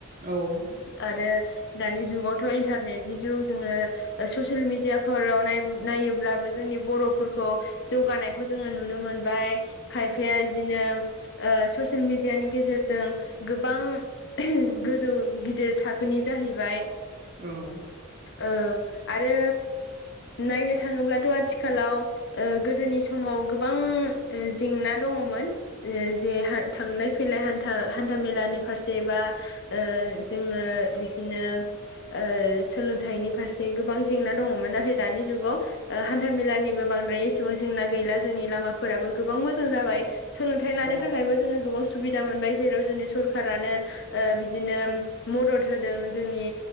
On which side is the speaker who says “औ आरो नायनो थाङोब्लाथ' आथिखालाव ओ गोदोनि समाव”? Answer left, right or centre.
Left